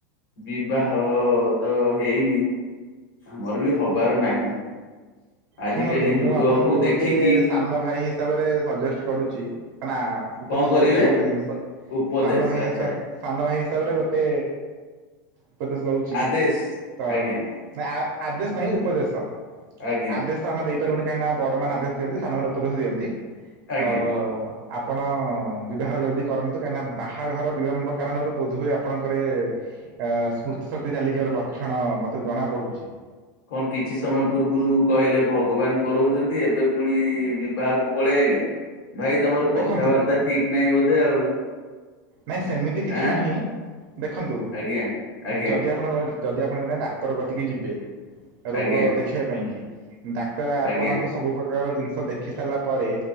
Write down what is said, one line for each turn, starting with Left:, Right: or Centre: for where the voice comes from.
Left: ବିବାହ ତ ହେଇନି ଆମର ବି ହ ହବାର ନାହିଁ। ଆଜିକାଲି
Right: ଶୁଣନ୍ତୁ ମୁଁ
Left: ଯୁଗକୁ
Right: ଆପଣଙ୍କୁ ଗୋଟେ
Left: ଦେଖିକି
Right: ସାନ ଭାଇ ହିସାବରେ ସଜେଷ୍ଟ କରୁଛି କା ନା ଉପଦେଶ
Left: କଣ କରିବେ
Right: ଦଉଛି ଗୋଟେ ଜିନିଷ
Left: ଉପଦେଶ
Right: ସାନ ଭାଇ
Left: ଆଚ୍ଛା
Right: ହିସ ସାନ ଭାଇ ହିସାବରେ ଗୋଟେ ଉପଦେଶ ଦଉଛି
Left: ଆଦେଶ
Right: ତ
Left: ଆଜ୍ଞା
Right: ନା ଆଦେଶ ନାହିଁ ଉପଦେଶ।
Left: ଆଜ୍ଞା
Right: ଆଦେଶ ତ ଆମେ ଦେଇପାରିବୁନି କାହିଁକି ନା ବଡ ମାନେ ଆଦେଶ ଦିଅନ୍ତି ସାନମାନେ ଉପଦେଶ ଦିଅନ୍ତି
Left: ଆଜ୍ଞା
Right: ତ ଆପଣ ବିବାହ ଜଲ୍ଦି କରନ୍ତୁ କାହିଁକିନା ବାହାଘର ବିଳମ୍ବ କାରଣରୁ ବୋଧହୁଏ ଆପଣଙ୍କର ଇଏ ଅ ସ୍ମୃତି ଶକ୍ତି ଚାଲିଯିବାର ଲକ୍ଷଣ ମତେ ଜଣା ପଡୁଛି।
Left: କଣ କିଛି ସମୟ ପୂର୍ବରୁ କହିଲେ ଭଗବାନ କରଉଛନ୍ତି ଏବେ ପୁଣି ବିବାହକୁ ପଳେଇଆଈଲେ। ଭାଇ ତମର
Right: ଦେଖନ୍ତୁ
Left: କଥାବାର୍ତ୍ତା ଠିକ ନାହିଁ ବୋଧେ ଆଉ।
Right: ନାହିଁ ସେମିତି କିଛି
Left: ଆଁ
Right: ନାହିଁ ଦେଖନ୍ତୁ
Left: ଆଜ୍ଞା। ଆଜ୍ଞା
Right: ଯଦି ଆପଣଙ୍କ ଯଦି ଆପଣ ଜଣେ ଡାକ୍ତର କତିକି ଯିବେ ରୋଗ
Left: ଆଜ୍ଞା
Right: ଦେଖେଇବା ପାଇଁ କି ଡାକ୍ତର ଆପଣଙ୍କୁ
Left: ଆଜ୍ଞା
Right: ସବୁ ପ୍ରକାର ଜିନିଷ ଦେଖି ସାରିଲା ପରେ